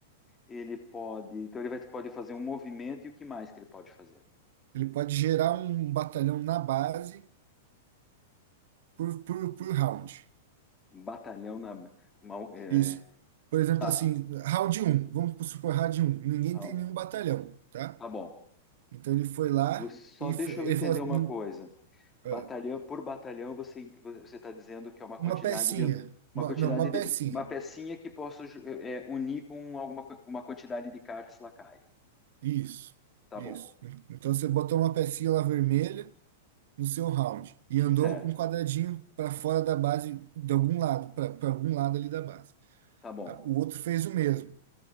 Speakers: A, on the left; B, on the right.
A: ele pode. Então, ele vai, pode fazer um movimento e o que mais que ele pode fazer?
B: Ele pode gerar um batalhão na base por, por, por round.
A: Um batalhão na mão. é,
B: Isso. Por exemplo,
A: tá.
B: assim, round um vamos supor round um ninguém
A: Tá
B: tem nenhum batalhão, tá?
A: tá bom.
B: Então ele foi lá
A: Você, só
B: e
A: deixa
B: fe- ele
A: eu entender
B: falou assim,
A: uma coisa.
B: "Hum,
A: Batalhão
B: ah,
A: por batalhão, você você está dizendo que é uma
B: uma
A: quantidade
B: pecinha,
A: de uma
B: uma,
A: quantidade
B: não, uma
A: de
B: pecinha.
A: uma pecinha que posso ju- é, unir com alguma co- uma quantidade de cartas lacaio.
B: Isso,
A: Tá
B: isso.
A: bom,
B: Então você botou uma pecinha lá vermelha no seu round e andou
A: certo?
B: um quadradinho para fora da base de algum lado, para algum lado ali da base.
A: Tá bom,
B: A- O outro fez o mesmo,